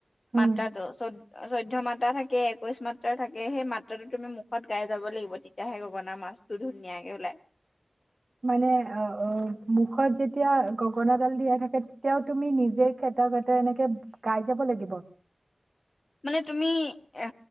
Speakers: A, on the right; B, on the left.
A: উম,
B: মাত্ৰাটো চৌ চৌধ্য মাত্ৰা থাকে একৈশ মাত্ৰা থাকে সেই মাত্ৰাটো তুমি মুখত গাই যাব লাগিব তেতিয়াহে গগনা মাতটো ধুনীয়াকে ওলায়
A: মানে অ অ মুখত যেতিয়া গগনাডাল দিয়া থাকে তেতিয়াও তুমি নিজে খেতা খেতাও এনেকে গাই যাব লাগিব
B: মানে তুমি এ